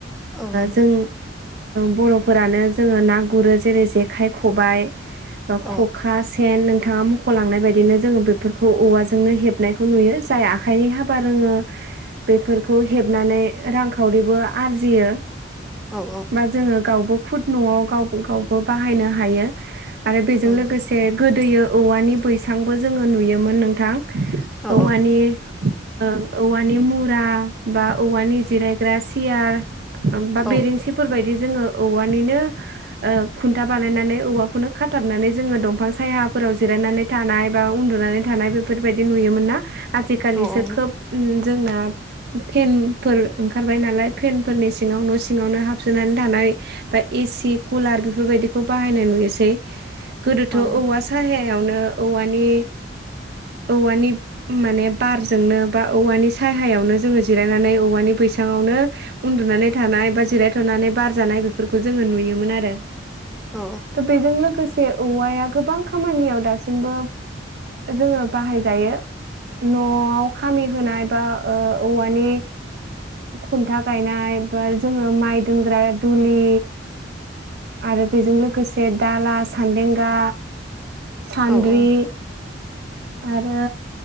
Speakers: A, in the centre; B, on the right.
A: औ औ नंगौ।
B: जों बर'फोरानो जोंङो ना गुरो जेरै जेखाइ खबाइ
A: औ
B: खखा सेन सेन नोंथांङा मख'लांनाय बायदिनो जोंङो बेफोरखौ औवाजोंनो हेबनायखौ नुयो जाय आखाइनि हाबा फा रोंङो बेफोरखौ हेबनानै रांखावरिबो आरजियो
A: औ औ
B: बा जोंङो गावबो खुद न'आव गाव गावबो बाहायनो हायो आरो बेजों
A: उम
B: लोगोसे बे गोदोयो औवानि बैसांबो जोंङो नुयोमोन नोंथां
A: औ
B: औवानि ओं औवानि मुरा बा औवानि जिरायग्रा सियार बा
A: औ
B: बेरेंसिफोरबायायदि जोंङो औवानिनो ओ खुन्था बानायनानै औवाखौनो खाथाबनानै जोंङो दंफां सायाफोराव जिरायनानै थानाय बा उनदुनानै थानाय बेफोरबायदि नुयोमोन ना आजिखालिसो
A: औ औ
B: खोब जोंना फेनफोर ओंखारबाय नालाय फेनफोरनि सिङांव न' सिङावनो हाबसोनानै थानाय बा एसि कुलार बेफोरबायदिखौ बाहायनाय नुयोसै गोदोथ'
A: नंगौ
B: औवा साहायावनो औवानि औवानि माने बारजोंनो बा औवानि साहायावनो जोंङो जिरायनानै औवानि बैसांङावनो उनदुनानै थानाय बा जिरायथ'नानै बारजानाय बेफोरखौ जोंङो नुयोमोन आरो
A: औ उम औ
B: थ' बेजों लोगोसे औवाया गोबां खामानियाव दासिमबो जोंङो बाहाय जायो न'आव खामि होनाय बा औव मानि खुनथा गायनाय बा जोंङो माइ दोनग्रा दुलि आरो बेजों लोगोसे दाला सान्देंगा सान्द्रि
A: ओं ओं
B: आरो